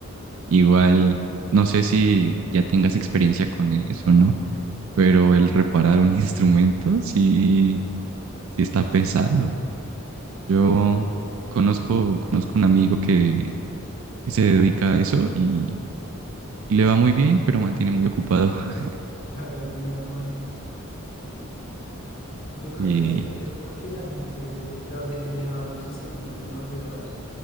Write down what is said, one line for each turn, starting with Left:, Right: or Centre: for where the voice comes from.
Right: Igual, no sé si ya tengas experiencia con eso, ¿no? Pero el reparar un <laughs> instrumento sí, sí está pesado. Yo
Left: Sí,
Right: conozco,
Left: uy,
Right: conozco un amigo que, que se dedica a eso y y le va muy bien, pero mantiene muy ocupado. <laughs>
Left: claro, es muy normal. Yo creo
Right: Y
Left: que es porque la gente las deja, deja los instrumentos muy olvidados.